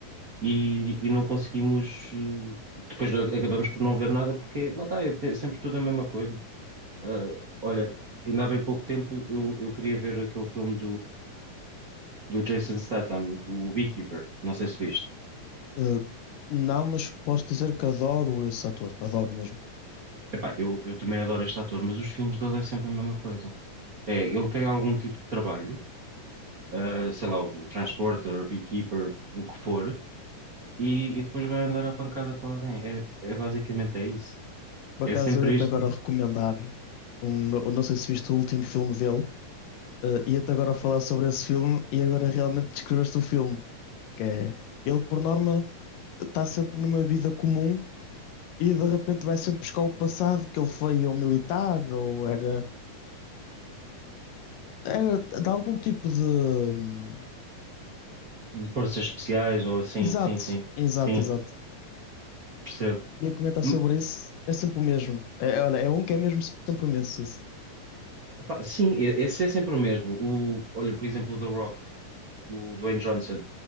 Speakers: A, on the right (about 45°); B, on the left (about 80°).
A: e, e não conseguimos, eh, depois a- acabamos por não ver nada porque lá está, é te- sempre tudo a mesma coisa. Ah, olha, ainda há bem pouco tempo eu, eu queria ver aquele filme do Jason Statham, o Beekeeper, não sei se viste.
B: Uh, não, mas posso dizer que adoro esse ator, adoro mesmo.
A: Epá, eu, eu também adoro este ator, mas os filmes dele é sempre a mesma coisa. É, ele tem algum tipo de trabalho, ah, sei lá, o, o Transporter, o Beekeeper, o que for, e, e depois vai andar à pancada com alguém. É, é basicamente é isso.
B: Por
A: É
B: acaso
A: sempre
B: eu ia-te
A: isto
B: agora recomendar, um, no- não sei se viste o último filme dele, uh, ia-te agora falar sobre esse filme e agora realmente descreveste o filme, que é, ele por norma está sempre numa vida comum e de repente vai sempre buscar o passado, que ele foi ou militar ou era Era de algum tipo de. hum,
A: de forças especiais ou assim,
B: Exato,
A: sim, sim,
B: exato,
A: sim,
B: exato.
A: percebo.
B: Ia comentar
A: M-
B: sobre isso, é sempre o mesmo. É, é, olha, é um que é mesmo sempre o mesmo. esse.
A: epá, sim, e- esse é sempre o mesmo. O, olha, por exemplo, o The Rock, o Dwayne Johnson,